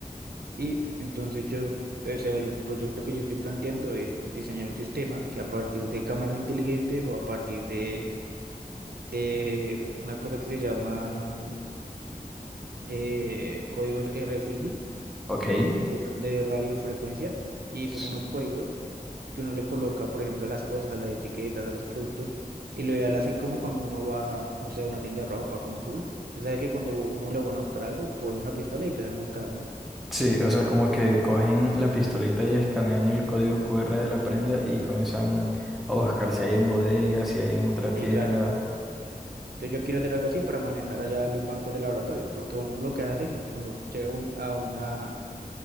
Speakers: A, on the right; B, in the centre.
A: Y entonces yo, o sea, el proyecto que yo estoy planteando es diseñar un sistema que a partir de cámaras inteligentes o a partir de, de una cosa que se llama eh, códigos RFID,
B: ok.
A: que son de radiofrecuencia, y son
B: s-
A: unos códigos que uno le coloca, por ejemplo, a las cosas, a las etiquetas, a los productos, y lo ideal así como cuando uno va, no sé, a una tienda de ropa, como pool. Tú sabes que cuando uno le van a buscar algo, cogen una pistola y empiezan a buscar, ¿no?
B: Sí, o sea, como que cogen la pistolita y escanean el código QR de la prenda y comienzan a buscar si hay en bodegas, si hay en otra tienda.
A: Sí, Sí. claro. Entonces yo quiero hacer algo así para manejar allá los bancos de laboratorio, porque uno lo que hacen es que uno llega a un- a una,